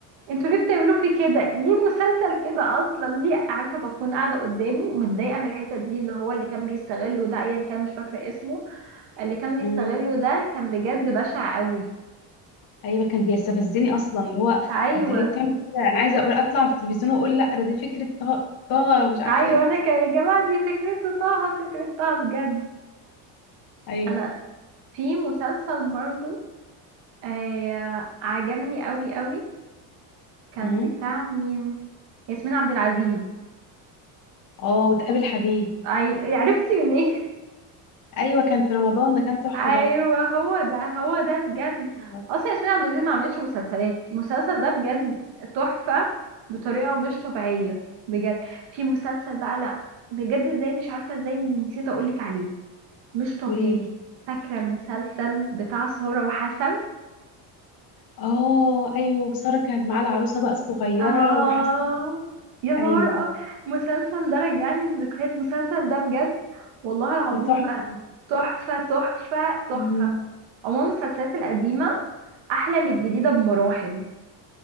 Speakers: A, on the right; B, on the left.
A: انتوا ليه بتعملوا في كده ليه مسلسل كده اصلا ليه عارفة بكون قاعدة قدامه متضايقة من الحتت دي اللي هو اللي كان بيستغله ده ايا كان مش فاكرة اسمه اللي كان بيستغله
B: امم
A: ده كان بجد بشع قوي
B: ايوه كان بيستفزني اصلا اللي هو
A: ايوه
B: انت ليه بتعمل كده انا عايزه اقول اطلع في التلفزيون واقول لا ده دي فكره طه طه ومش عارفه
A: ايوه
B: ايه
A: انا كان يا جماعة دي فكرته طه فكرة طه بجد
B: ايوه
A: انا في مسلسل برضو آه عجبني قوي قوي كان
B: امم
A: بتاع مين ياسمين عبد العزيز
B: اه وتقابل حبيب
A: اي يعني عرفتي منين <laughs>
B: ايوه كان في رمضان ده كان تحفه
A: ايوه
B: ده
A: هو ده هو ده بجد
B: ايوه
A: اصلا ياسمين عبد العزيز ما عملتش مسلسلات المسلسل ده بجد تحفه بطريقه مش طبيعيه بجد في مسلسل بقى لا بجد ازاي مش عارفه ازاي نسيت اقولك عليه مش طبيعي
B: وليلي
A: فاكره المسلسل بتاع سارة وحسن
B: اه ايوه وساره كانت معاه العروسه بقى الصغيره
A: آه
B: وحسن
A: يا نهار
B: ايوه
A: أب- المسلسل ده رجعني الذكريات المسلسل ده بجد والله العظيم
B: ده تحفه
A: بقى
B: ده
A: تحفة تحفة تحفة
B: مم.
A: عموما المسلسلات القديمة أحلى من الجديدة بمراحل